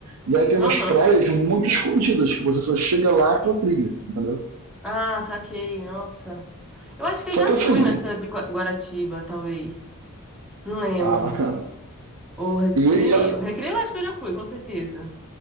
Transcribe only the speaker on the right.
e aí tem
umas praias muito escondidas, que você só chega lá pela trilha, entendeu?
Só
que
assim,
ah, bacana.
E, e